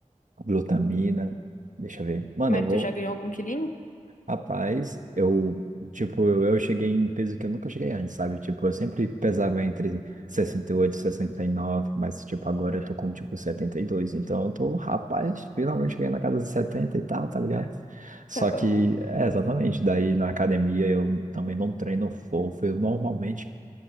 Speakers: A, on the right; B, on the left.
A: glutamina. Deixa eu ver. Mano,
B: Mas
A: eu vou
B: tu já ganhou algum quilinho?
A: Rapaz, eu, tipo, eu, eu cheguei em peso que eu nunca cheguei antes, sabe? Tipo, eu sempre pesava entre sessenta e oito e sessenta e nove mas, tipo, agora eu tô com, tipo, 72 Então, eu tô, rapaz, finalmente cheguei na casa dos 70 e tal, tá ligado? Só
B: Tá bom.
A: que, é, exatamente, daí na academia eu também não treino fofo, eu normalmente